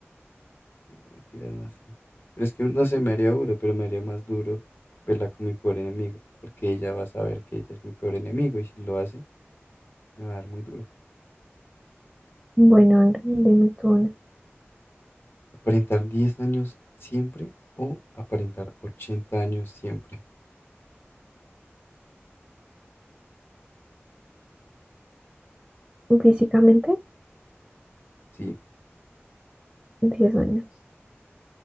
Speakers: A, on the left; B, in the centre.
A: mentira no sé. Pero es que no sé, me haría duro, pero me haría más duro verla con mi peor enemigo. Porque ella va a saber que ella es mi peor enemigo y si lo hace, me va a dar muy duro.
B: bueno, a ver, dime tú una.
A: ¿Aparentar 10 años siempre o aparentar 80 años siempre?
B: Físicamente,
A: Sí,
B: 10 años.